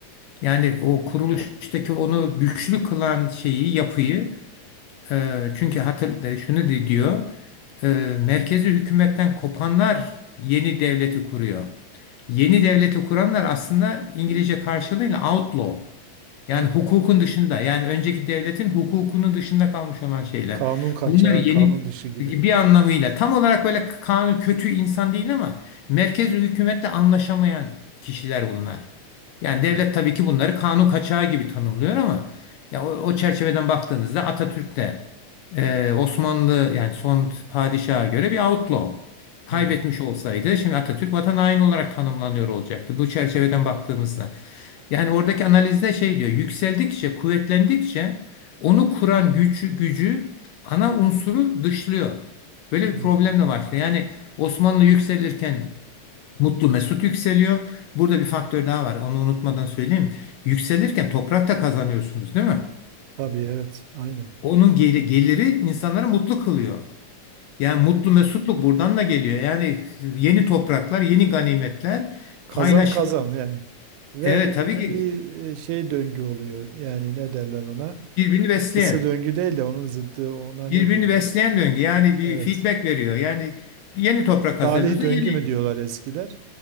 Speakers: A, on the left; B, on the right.
A: Yani o kuruluştaki onu güçlü kılan şeyi, yapıyı e, çünkü hatır, e, şunu di- diyor, e, merkezi hükümetten kopanlar yeni devleti kuruyor. Yeni devleti kuranlar aslında İngilizce karşılığıyla outlaw. Yani
B: Hı.
A: hukukun dışında, yani önceki devletin hukukunun dışında kalmış olan şeyler.
B: Kanun kaçağı,
A: Bunlar yeni
B: kanun dışı gibi.
A: bir anlamıyla tam olarak böyle kanun kötü insan değil ama merkez hükümetle anlaşamayan kişiler bunlar. Yani devlet
B: Evet.
A: tabii ki bunları kanun kaçağı gibi tanımlıyor ama ya o, o çerçeveden baktığınızda Atatürk de e, Osmanlı yani son padişaha göre bir outlaw kaybetmiş
B: Evet.
A: olsaydı şimdi Atatürk vatan haini olarak tanımlanıyor olacaktı bu çerçeveden baktığımızda. Yani oradaki analizde şey diyor, yükseldikçe, kuvvetlendikçe onu kuran güç gücü ana unsuru dışlıyor. Böyle
B: Evet.
A: bir problemle başlıyor. Yani Osmanlı yükselirken Mutlu Mesut yükseliyor. Burada bir faktör daha var. Onu unutmadan söyleyeyim. Yükselirken toprak da kazanıyorsunuz, değil mi?
B: Tabii evet. Aynen.
A: Onun geli- geliri insanları mutlu kılıyor. Yani mutlu mesutluk buradan da geliyor. Yani yeni topraklar, yeni ganimetler
B: Kazan
A: paylaşılıyor.
B: kazan yani. Ve
A: Evet tabii ki
B: bir e, şey döngü oluyor. Yani ne derler ona?
A: birbirini besleyen.
B: Kısır döngü değil de onun zıddı ona
A: Birbirini
B: ne diyorduk?
A: besleyen döngü. Yani bir
B: Evet.
A: feedback veriyor. Yani yeni toprak
B: Salih
A: kazanıyorsun,
B: döngü
A: yeni
B: mü diyorlar eskiler?